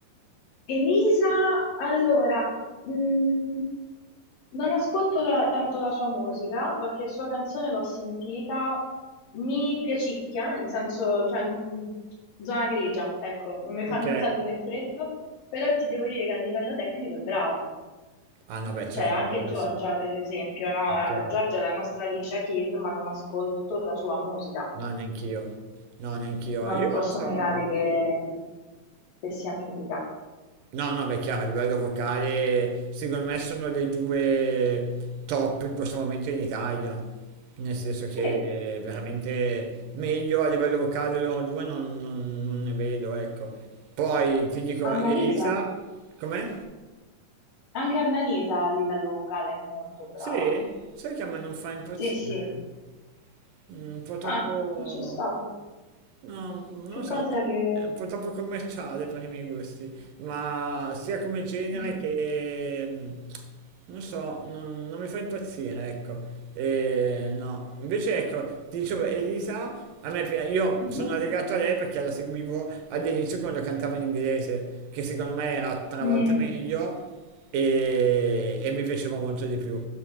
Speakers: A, on the left; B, on the right.
A: Elisa, allora, mm, non ascolto la- tanto la sua musica, qualche sua canzone l'ho sentita, mi piacicchia, nel senso, cioè, non- zona grigia, ecco, non mi fa
B: Ok.
A: né caldo né freddo, però ti devo dire che a livello tecnico è brava.
B: Ah no, beh, certo,
A: Cioè, anche
B: quello
A: Giorgia,
B: sì,
A: per esempio, no?
B: è chiaro.
A: Eh, Giorgia è la nostra Alicia Keys, ma non ascolto la sua musica.
B: No, neanch'io. No, neanch'io.
A: ma
B: Io
A: non posso
B: non so.
A: negare che, che sia mitica.
B: No, no, beh, chiaro, a livello vocale, secondo me sono le due top in questo momento in Italia, nel senso che
A: Sì,
B: eh, veramente meglio a livello vocale loro due non, non- non ne vedo, ecco. Poi ti dico,
A: Annalisa,
B: Elisa, com'è?
A: anche Annalisa a livello vocale è molto brava.
B: Sì? Sai che a me non fa impazzire?
A: Sì, sì,
B: Mm, Un po' troppo...
A: ah, ci sta.
B: No, non
A: Che
B: lo so,
A: cos'è che...
B: è un po' troppo commerciale per i miei gusti, ma sia come genere
A: Mm.
B: che, mm, non so, non, non mi fa impazzire, ecco. E, no, invece ecco, ti dicevo, Elisa, a me, pi- io
A: Mhm.
B: sono legato a lei perché la seguivo all'inizio quando cantava in inglese, che secondo me era tre
A: Mm,
B: volte meglio e, e mi piaceva molto di più.